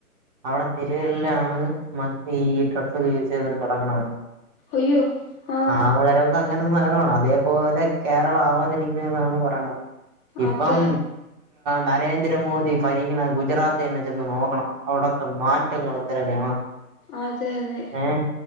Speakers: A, on the right; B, on the left.
A: അവിടെ തെരുവില്ലാണ് മറ്റേ ഈ ഡ്രഗ്സൊക്കെ യൂസെയ്തൊണ്ട് കെടക്കണത്.
B: അയ്യോ
A: <unintelligible>
B: ആഹ്
A: ക അങ്ങനൊരു നഗരാണ് അതേപോലെ കേരളം ആവാതിരിക്കുന്നെന്നാണ് പറയണ ഇപ്പം
B: അതെ
A: നരേന്ദ്രമോദി ഭരിക്ക്ണ ഗുജറാത്ത് തന്നെ ചെന്ന് നോക്കണം അവിടത്തെ മാ <unintelligible>
B: അതെ അതെ
A: ഏഹ്